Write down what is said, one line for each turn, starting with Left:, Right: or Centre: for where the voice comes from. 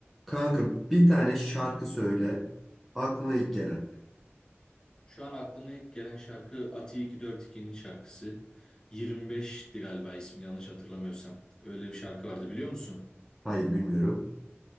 Centre: Kanka bir tane şarkı söyle. Aklına ilk gelen.
Left: Şu an aklıma ilk gelen şarkı Ati 242'nin şarkısı. 25'ti galiba ismini yanlış hatırlamıyorsam. Öyle bir şarkı vardı biliyor musun?
Centre: Hayır bilmiyorum.